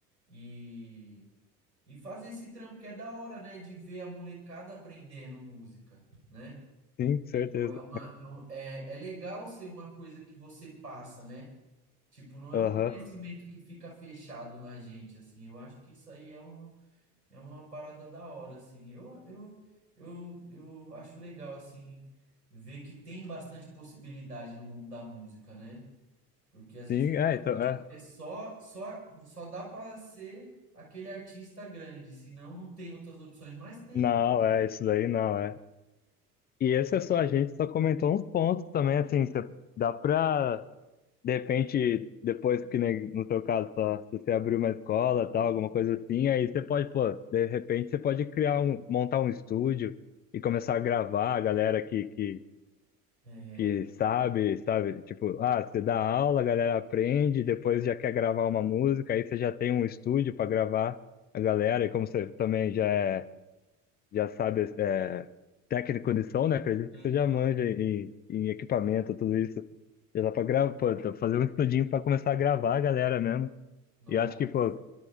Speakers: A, on the right; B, on the left.
A: e e fazer esse trampo que é da hora, né, de ver a molecada aprendendo música, né?
B: sim, certeza.
A: Tipo, é uma, é, um- é é legal ser uma coisa que você passa, né? Tipo, não é
B: Aham.
A: um conhecimento que fica fechado na gente, assim. Eu acho que isso aí é, um, é uma parada da hora, assim. Eu, eu, eu, eu acho legal, assim, ver que tem bastante possibilidade no mundo da música, né? Porque às
B: Sim,
A: vezes
B: é, então, é.
A: é só, só, só dá para ser aquele artista grande, senão não tem outras opções, mas tem.
B: Não, é, isso daí não, é. E esse é só, a gente só comentou uns pontos também, assim, cê- dá pra, de repente, depois que, nem no seu caso, só, se você abrir uma escola, tal, alguma coisa assim, aí você pode, pô, de repente você pode criar um, montar um estúdio e começar a gravar a galera que, que,
A: É,
B: que
A: é.
B: sabe, sabe? Tipo, ah, você dá aula, a galera aprende, depois já quer gravar uma música, aí você já tem um estúdio pra gravar a galera, e como você também já é já sabe é, técnico de som, né? Acredito que
A: Aham.
B: você já manja em, em equipamento, tudo isso. Já dá pra gravar, pô, tá fazer um estudinho pra começar a gravar a galera mesmo.
A: Nossa.
B: E eu acho que, pô,